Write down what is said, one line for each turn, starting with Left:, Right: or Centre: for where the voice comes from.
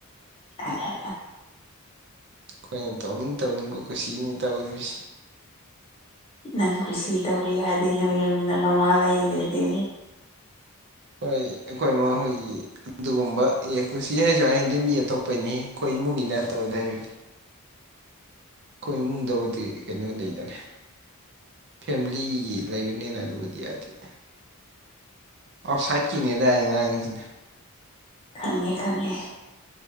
Left: <unintelligible>
Right: ꯈꯣꯏꯅ ꯇꯧꯅꯤꯡ ꯇꯧꯅꯤꯡꯕ ꯀꯨꯁꯤꯅꯤ ꯇꯧꯔꯤꯕꯁꯤ
Left: ꯅꯪ ꯀꯨꯁꯤ ꯇꯧꯕ ꯌꯥꯗꯦ ꯅꯣ ꯌꯨꯝꯗ ꯃꯃꯥ ꯂꯩꯗꯨꯗꯤ
Right: ꯍꯣꯏ ꯑꯩꯈꯣꯏꯃꯈꯣꯏꯒꯤ ꯑꯗꯨꯒꯨꯝꯕ ꯌꯦꯀꯨꯁꯤꯌꯦ ꯖꯨ ꯍꯌꯦꯟꯗꯤ ꯃꯤ ꯑꯇꯣꯞꯄꯩꯅꯤ ꯈꯣꯏ ꯏꯃꯨꯡꯒꯤ ꯅꯠꯇꯕꯗ ꯍꯥꯏꯕꯗꯤ ꯈꯣꯏ ꯏꯃꯨꯡꯗꯕꯨꯗꯤ ꯀꯩꯅꯣ ꯂꯩꯗꯅꯦ ꯐꯦꯃꯤꯂꯤꯒꯤ ꯂꯩꯕꯅꯤꯅ ꯑꯗꯨꯕꯨꯗꯤ ꯌꯥꯗꯤꯗ ꯑꯥꯎꯁꯥꯏꯠꯀꯤꯅꯦꯗ ꯑꯩꯅ ꯉꯥꯡꯉꯤꯖꯤꯅ
Left: ꯈꯪꯉꯦ ꯈꯪꯉꯦ